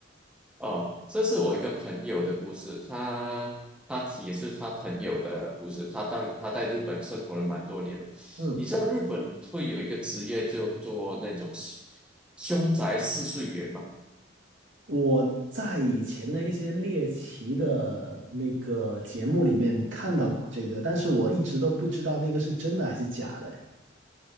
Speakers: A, in the centre; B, on the right.
A: 哦，这是我一个朋友的故事，他他也是他朋友的故事，他当他在日本生活了蛮多年了。
B: 嗯，
A: 你知道日本会有一个职业就做那种凶宅试睡员吗？
B: 我在以前的一些猎奇的那个节目里面看到过这个，
A: 嗯。
B: 但是我一直都不知道那个是真的还是假的哎